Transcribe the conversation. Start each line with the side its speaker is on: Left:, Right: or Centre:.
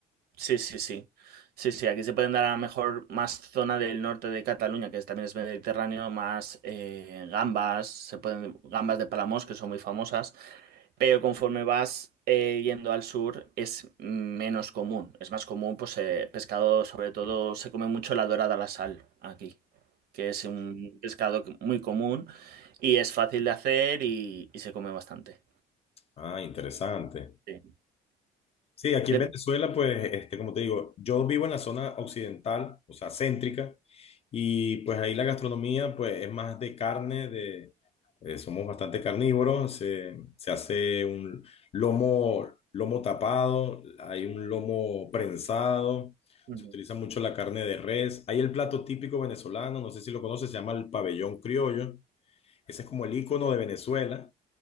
Right: sí, sí, sí. Sí, sí, aquí se pueden dar a lo mejor más zona del norte de Cataluña, que es- también es mediterráneo, más eh, gambas, se pueden, gambas de Palamós, que son muy famosas, Pero conforme vas eh, yendo al sur es menos común. Es más común, pues eh, pescado, sobre todo se come mucho la dorada a la sal aquí, que es un pescado que- muy común y es fácil de hacer y, y se come bastante.
Left: Ah, interesante.
Right: Sí.
Left: Sí, aquí
Right: De-
Left: en Venezuela, pues, este, como te digo, yo vivo en la zona occidental, o sea, céntrica, y pues ahí la gastronomía, pues, es más de carne, de, eh, somos bastante carnívoros, se, se hace un lomo, lomo tapado, hay un lomo prensado,
Right: Ujú.
Left: se utiliza mucho la carne de res, hay el plato típico venezolano, no sé si lo conoces, se llama el pabellón criollo, ese es como el icono de Venezuela,